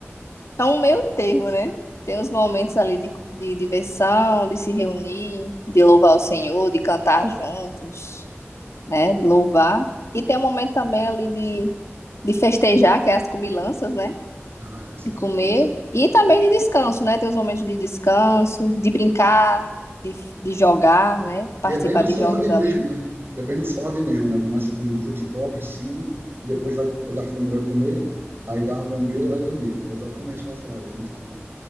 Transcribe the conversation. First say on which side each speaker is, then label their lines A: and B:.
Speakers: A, on the left; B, on the right.
A: É um meio termo, né? Tem os momentos ali de, de diversão, de se reunir, de louvar o Senhor, de cantar juntos, né? De louvar. E tem um momento também ali de, de festejar, que é as comilanças, né?
B: Ah, é sempre
A: De comer.
B: bom, né?
A: E também de descanso, né? Tem os momentos de descanso, de brincar, de, de jogar, né? Participar
B: E é bem nessa
A: de jogos
B: ordem
A: ali.
B: mesmo, né? E é bem nessa ordem mesmo, né? Começa com futebol, piscina, depois vai, vai dar fome, vai comer, aí dá uma lombeira e vai dormir. É exatamente nessa ordem, muito bom.